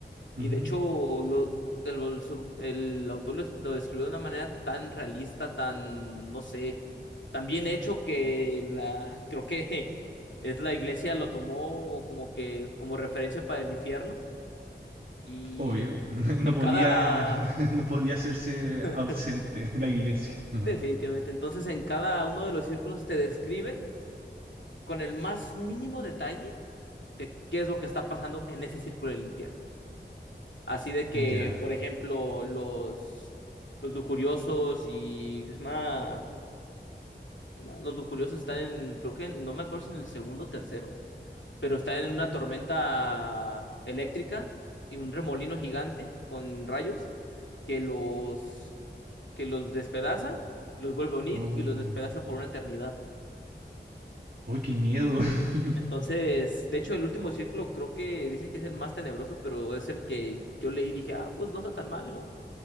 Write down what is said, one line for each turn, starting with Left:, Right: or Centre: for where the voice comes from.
Right: Ujú.
Left: Y de hecho, lo- el, el su- el autor lo, lo describió de una manera tan realista, tan, no sé, tan bien hecho que la, creo que <laughs> es la iglesia lo tomó como que, como referencia para el infierno. Y
Right: Obvio, <laughs> no
Left: en
Right: podía,
Left: cada,
Right: <laughs> no podía hacerse
Left: <laughs>
Right: ausente la iglesia. <laughs>
Left: Definitivamente. Entonces, en cada uno de los círculos te describe con el más mínimo detalle de qué es lo que está pasando en ese círculo del infierno. Así de que,
Right: Ya.
Left: por ejemplo, los, los lujuriosos y ¿qué se llama? ¿Qué se llama? Los lujuriosos están en, creo que en- no me acuerdo si en el segundo o tercero, pero están en una tormenta eléctrica y un remolino gigante con rayos que los, que los despedaza, los vuelve a unir
Right: Oh.
Left: y los despedaza por una eternidad.
Right: Uy, qué miedo. <laughs>
Left: Entonces, de hecho, el último círculo creo que dicen que es el más tenebroso, pero es el que yo leí y dije, ah, pues no está tan mal, ¿no?